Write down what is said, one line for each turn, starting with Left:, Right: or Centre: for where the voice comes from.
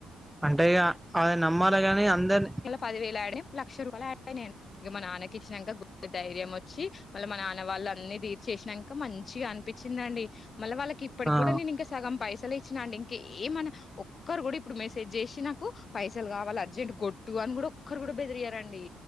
Centre: అంటే ఇక అద నమ్మాలి కానీ అందరిని
Left: పదివేలు యాడ్ అయి లక్ష రూపాయలు యాడ్ అయినాడి ఇక మా నాన్నకి ఇచ్చినాక ధైర్యం వచ్చి మళ్ళీ మా నాన్న వాళ్ళు అన్ని తీర్ చేసినాక మంచిగా అనిపించిందండి మళ్ళీ వాళ్ళకి ఇప్పుకి
Centre: ఆ
Left: కూడా నేను ఇంక సగంైస వచ్చినండి ఇంకి ఏ మన ఒక్కరు గుడి ఇప్పుడు మెసేజ్ చేసి నాకు పైస పైసలు కావాలి అర్జెంట్ కొట్టు అని కూడా ఒక్కరు కూడా బెదిరీయరండి